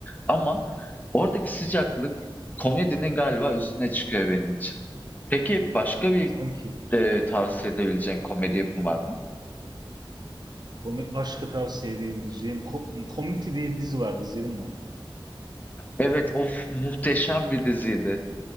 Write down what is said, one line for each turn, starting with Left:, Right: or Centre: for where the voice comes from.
Left: Ama oradaki sıcaklık komedinin galiba üstüne çıkıyor benim için. Peki başka
Right: Evet.
Left: bir
Right: Sanki
Left: Eee, tavsiye edebileceğin komedi yapımı var mı?
Right: komi- başka tavsiye edebileceğim Co- Community diye bir dizi vardı. İzledin mi onu?
Left: Evet, of muhteşem bir diziydi.